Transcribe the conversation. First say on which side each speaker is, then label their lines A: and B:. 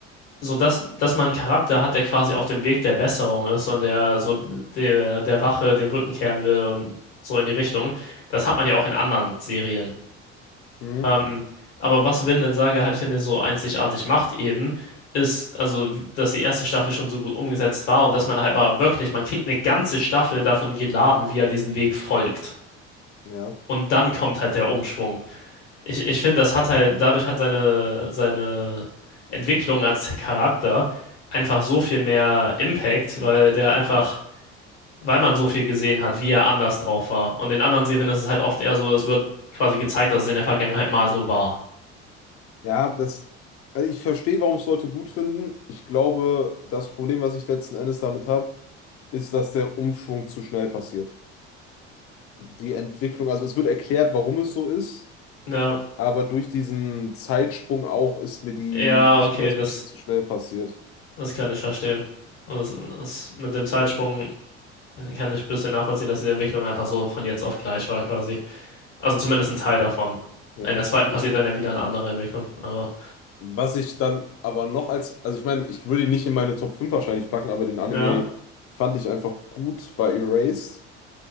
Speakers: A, on the left; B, on the left.
A: so dass, dass man einen Charakter hat, der quasi auf dem Weg der Besserung ist und der so der, der Rache den Rücken kehren will und so in die Richtung, das hat man ja auch in anderen Serien.
B: mhm.
A: Ähm, aber was Vinland Saga halt, finde ich, so einzigartig macht eben, ist, also, dass die erste Staffel schon so gut umgesetzt war und dass man halt aber wirklich, man kriegt eine ganze Staffel davon geladen, wie er diesen Weg folgt.
B: Ja,
A: Und dann kommt halt der Umschwung. Ich, ich finde, das hat halt, dadurch hat seine, seine Entwicklung als Charakter einfach so viel mehr Impact, weil der einfach, weil man so viel gesehen hat, wie er anders drauf war. Und in anderen Serien ist es halt oft eher so, es wird quasi gezeigt, dass es in der Vergangenheit mal so war.
B: ja, das, also ich verstehe, warum es Leute gut finden. Ich glaube, das Problem, was ich letzten Endes damit habe, ist, dass der Umschwung zu schnell passiert. Die Entwicklung, also es wird erklärt, warum es so ist,
A: Ja.
B: Aber durch diesen Zeitsprung auch ist mir die,
A: Ja,
B: ist
A: okay,
B: mir das
A: das,
B: ein bisschen zu schnell passiert.
A: das kann ich verstehen. Und Das, das, mit dem Zeitsprung äh, kann ich ein bisschen nachvollziehen, dass die Entwicklung einfach so von jetzt auf gleich war, quasi. Also zumindest ein Teil davon.
B: Ja.
A: In der zweiten passiert
B: Ich,
A: dann ja wieder eine andere Entwicklung. Aber
B: was ich dann aber noch als, also ich meine, ich würde ihn nicht in meine Top 5 wahrscheinlich packen, aber den Anime
A: ja,
B: fand ich einfach gut bei Erased.